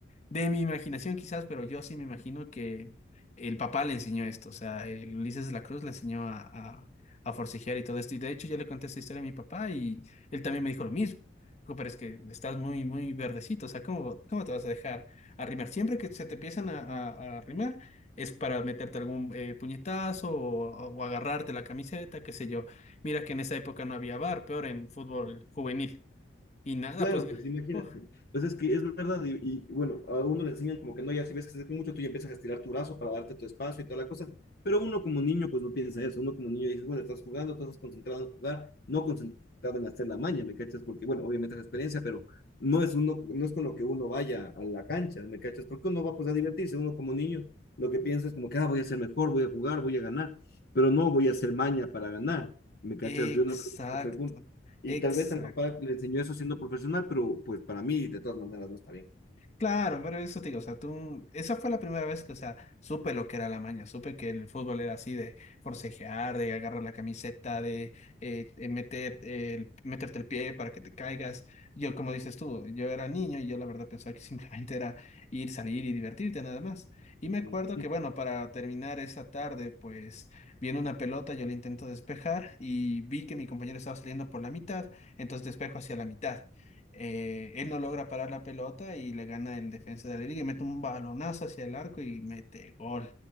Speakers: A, on the left; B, on the left.
A: de mi imaginación quizás, pero yo sí me imagino que el papá le enseñó esto, o sea, el Ulises de la Cruz le enseñó a, a, a forcejear y todo esto. Y de hecho yo le conté esta historia a mi papá y él también me dijo lo mismo. Dijo, pero es que estás muy, muy verdecito, o sea, ¿cómo, cómo te vas a dejar arrimar? Siempre que se te empiezan a, a, a arrimar es para meterte algún eh, puñetazo o, o agarrarte la camiseta, qué sé yo. Mira que en esa época no había bar, peor en fútbol juvenil. Y nada,
B: Claro,
A: pues...
B: pues imagínate.
A: uf.
B: Pues es que es verdad, y, y, bueno, a uno le enseñan como que no, ya si ves que se acerca mucho, tú ya empiezas a estirar tu brazo para darte tu espacio y toda la cosa, pero uno como niño pues no piensa eso, uno como niño dices, bueno, estás jugando, tú estás concentrado en jugar, no concentrado en hacer la maña, ¿me cachas? Porque bueno, obviamente es experiencia, pero no es, uno, no es con lo que uno vaya a la cancha, ¿me cachas? Porque uno va pues a divertirse, uno como niño lo que piensa es como que, ah, voy a ser mejor, voy a jugar, voy a ganar, pero no voy a hacer maña para ganar, ¿me cachas?
A: Exacto,
B: Yo no creo que ese fue el punto. Y
A: exacto.
B: tal vez al papá le enseñó eso siendo profesional, pero pues para mí de todas maneras no está bien.
A: Claro, pero eso te digo, o sea, tú, esa fue la primera vez que, o sea, supe lo que era la maña, supe que el fútbol era así de forcejear, de agarrar la camiseta, de eh, eh, meter, eh, el- meterte el pie para que te caigas. Yo, como dices tú, yo era niño y yo la verdad pensaba que <laughs> simplemente era ir, salir y divertirte nada más. Y me acuerdo
B: Ujú.
A: que, bueno, para terminar esa tarde, pues viene una pelota, yo la intento despejar y vi que mi compañero estaba saliendo por la mitad, entonces despejo hacia la mitad. eh, él no logra parar la pelota y le gana el defensa de la liga y mete un balonazo hacia el arco y mete gol.